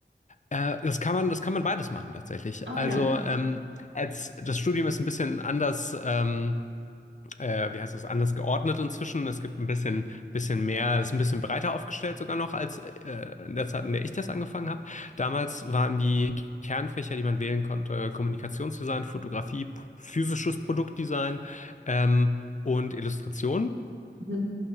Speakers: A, on the left; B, on the right.
A: äh, das kann man, das kann man beides machen tatsächlich.
B: Ah
A: Also
B: ja.
A: ähm, als das Studium ist ein bisschen anders. Ähm, äh, wie heißt das, anders geordnet inzwischen. Es gibt ein bisschen, bisschen mehr, ist ein bisschen breiter aufgestellt sogar noch als äh, in der Zeit, in der ich das angefangen habe. Damals waren die Kernfächer, die man wählen konnte, Kommunikationsdesign, Fotografie, p- physisches Produktdesign ähm, und Illustration.
B: Mhm.